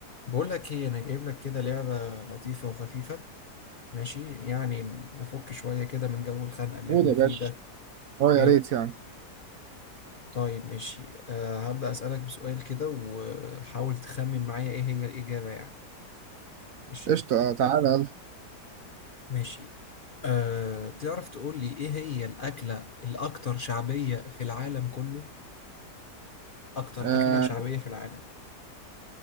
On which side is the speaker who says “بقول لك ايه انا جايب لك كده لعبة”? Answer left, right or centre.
Left